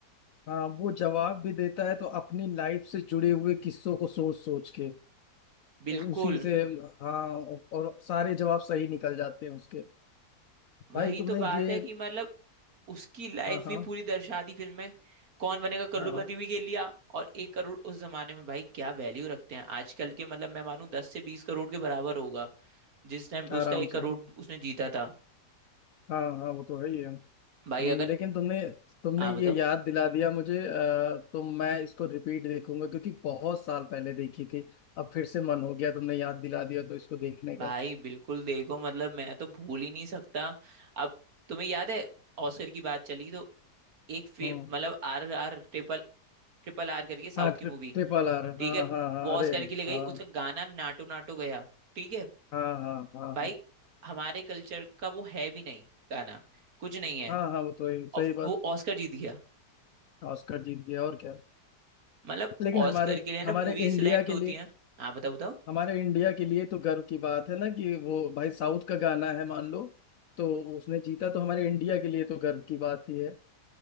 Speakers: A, on the left; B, on the right.
A: हाँ वो जवाब भी देता है तो अपनी लाइफ से जुड़े हुए किस्सों को सोच सोच के
B: बिल्कुल
A: और उसी से हाँ और सारे जवाब सही निकल जाते हैं उसके
B: वही
A: भाई तुमने
B: तो बात
A: ये
B: है कि मतलब उसकी लाइफ
A: हाँ
B: भी
A: हाँ
B: पूरी दर्शा दी फिल्म में कौन बनेगा करोड़पति
A: हाँ
B: भी खेल लिया और एक करोड़ उस जमाने में भाई क्या वैल्यू रखते हैं आजकल के मतलब मैं मानूं दस से बीस करोड़ के बराबर होगा जिस टाइम पे उसका
A: आराम
B: एक करोड़
A: से
B: उसने जीता था
A: हाँ हाँ वो तो है ही है हम्म,
B: भाई अगर
A: लेकिन तुमने तुमने
B: हाँ
A: ये
B: बताओ
A: याद दिला दिया मुझे अ, तो मैं इसको रिपीट देखूंगा क्योंकि बहुत साल पहले देखी थी अब फिर से मन हो गया तुमने याद दिला दिया तो इसको देखने
B: भाई
A: का
B: बिल्कुल देखो मतलब मैं तो भूल ही नहीं सकता अब तुम्हें याद है ऑस्कर की बात चली तो एक फेम
A: हाँ
B: मतलब R R triple triple R करके साउथ
A: हाँ ट्रि,
B: की मूवी
A: ट्रिपल आर
B: ठीक
A: हाँ
B: है
A: हाँ हाँ
B: वो
A: अरे
B: ऑस्कर के लिए गई
A: हाँ
B: उसका गाना नाटो नाटो गया ठीक है
A: हाँ हाँ हाँ
B: भाई
A: हाँ
B: हमारे कल्चर का वो है भी नहीं गाना कुछ नहीं है
A: हाँ हाँ वो तो ही
B: और
A: सही बात
B: वो ऑस्कर जीत गया
A: ऑस्कर जीत गया और क्या
B: मतलब
A: लेकिन
B: ऑस्कर
A: हमारे
B: के लिए ना
A: हमारे
B: मूवी
A: इंडिया
B: सिलेक्ट होती
A: के लिए
B: है हाँ बताओ बताओ
A: हमारे इंडिया के लिए तो गर्व की बात है ना कि वो भाई साउथ का गाना है मान लो तो उसने जीता तो हमारे इंडिया के लिए तो गर्व की बात ही है